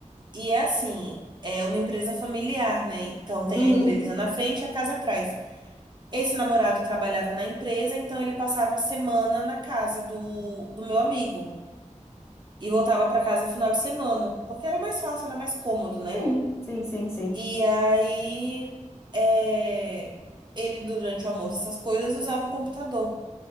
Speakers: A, on the right (about 35°); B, on the left (about 20°).
A: E é assim, é uma empresa familiar, né? Então tem
B: Uhum,
A: a empresa na frente e a casa atrás. Esse namorado trabalhava na empresa, então ele passava a semana na casa do, do meu amigo e voltava para casa final de semana, porque era mais fácil, era mais cômodo, né?
B: sim, Sim, sim, sim.
A: E aí, é, ele, durante o almoço, essas coisas, usava o computador.